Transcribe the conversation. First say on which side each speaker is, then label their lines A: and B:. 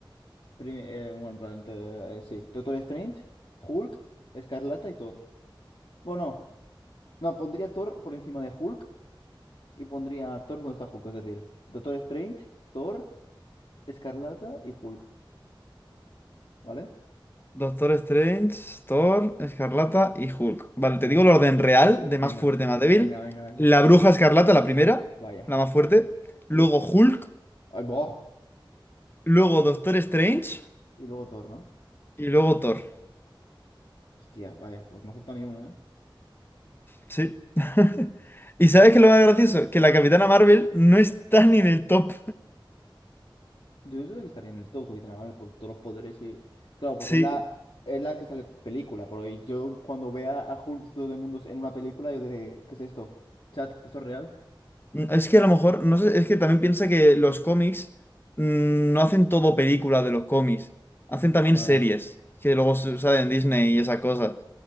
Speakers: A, on the left; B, on the left.
A: Prim- eh, bueno, en plan, te- eh, sí. Doctor Strange, Hulk, Escarlata y Thor. Bueno, no, pondría Thor por encima de Hulk Y pondría a Thor donde está Hulk, es decir, Doctor Strange, Thor, Escarlata y Hulk, ¿vale?
B: Doctor Strange, Thor, Escarlata y Hulk. Vale,
A: Sí.
B: te digo el orden real, de
A: Venga,
B: más fuerte a más débil.
A: venga, venga, venga.
B: La Bruja Escarlata, la primera,
A: Vaya.
B: la más fuerte. Luego
A: ¿Sí?
B: Hulk,
A: ¡Ay, boh!
B: luego Doctor Strange
A: Y luego Thor, ¿no?
B: y luego Thor.
A: Hostia, vaya, pues no acepta ni uno, ¿eh?
B: Sí. <laughs> ¿Y sabes qué es lo más gracioso? Que la Capitana Marvel no está ni en el top.
A: Yo creo que estaría en el top Capitana Marvel por todos los poderes y... Claro, porque
B: Sí.
A: es la, es la que sale con película, pero yo cuando vea a Hulk de todo el mundo en una película, yo diré, ¿qué es esto? ¿Chat? ¿Esto es real?
B: Mm, Es que a lo mejor, no sé, es que también piensa que los cómics mm, no hacen todo película de los cómics, hacen también
A: Ah,
B: series, que luego se- salen en Disney y esa cosa.